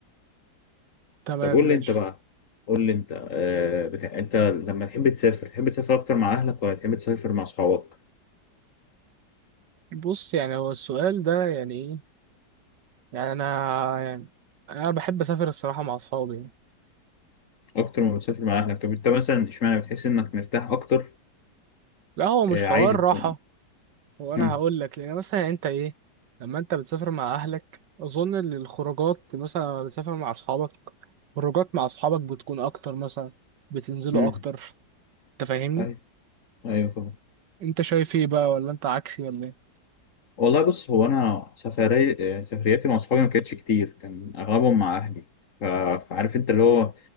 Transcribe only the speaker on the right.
تمام
ماشي
بص يعني هو السؤال ده يعني ايه يعني انا يعني انا بحب اسافر الصراحة مع اصحابي يعني.
لا هو مش
حوار
راحة هو انا
هقول لك لان مثلا انت ايه لما انت بتسافر مع اهلك اظن ان الخروجات مثلا لما بتسافر مع اصحابك خروجات مع اصحابك بتكون اكتر مثلا بتنزلوا
اكتر انت فاهمني
انت شايف ايه بقى ولا انت عكسي ولا ايه